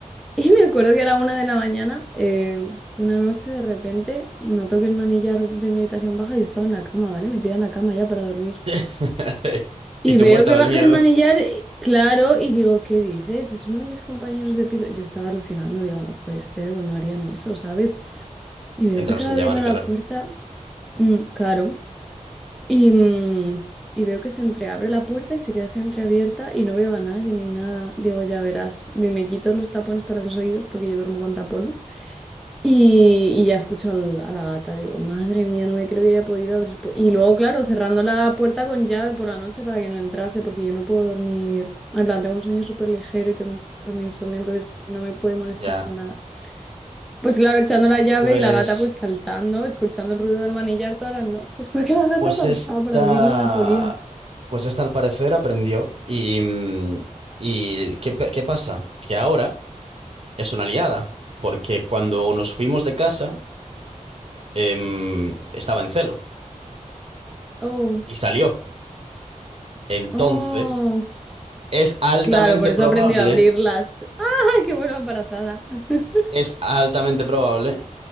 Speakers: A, in the centre; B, on the right.
A: y me acuerdo que era una de la mañana, eh, una noche de repente noto que el manillar de mi habitación baja, yo estaba en la cama, ¿vale? Metida en la cama ya para dormir.
B: <laughs>
A: Y
B: Y tú
A: veo
B: muerta
A: que
B: del
A: baja
B: miedo.
A: el manillar, eh, claro, y digo, ¿qué dices? Es uno de mis compañeros de piso. Yo estaba alucinando, digo, no puede ser, o no harían eso, ¿sabes? Y veo
B: Entrar
A: que se
B: sin
A: va abriendo
B: llamar, claro.
A: la puerta, mm, claro. Y, mm, y veo que se entreabre la puerta y se queda así entreabierta y no veo a nadie ni nada. Digo, ya verás, de- me quito los tapones para los oídos porque yo duermo con tapones. Y, y ya escucho al- a la gata, digo, madre mía, no me creo que haya podido abrir. pu-". Y luego, claro, cerrando la puerta con llave por la noche para que no entrase, porque yo no puedo dormir. En plan, tengo un sueño súper ligero y tengo un montón de insomnio, entonces no me puede molestar
B: Ya.
A: nada. Pues claro, echando la llave
B: Pues,
A: y la gata pues saltando, escuchando el ruido del manillar todas las noches, <laughs> porque la gata
B: pues
A: saltaba
B: esta,
A: para abrirlo y no podía.
B: pues esta al parecer aprendió. Y, mm, y ¿qué, pe- qué pasa? Que ahora es una aliada. Porque cuando nos fuimos de casa, em, estaba en celo
A: Oh,
B: y salió. Entonces,
A: oh.
B: es altamente
A: Claro, por eso
B: probable,
A: he aprendido a abrirlas. <laughs> ¡Ah, qué buena embarazada! <laughs>
B: es altamente probable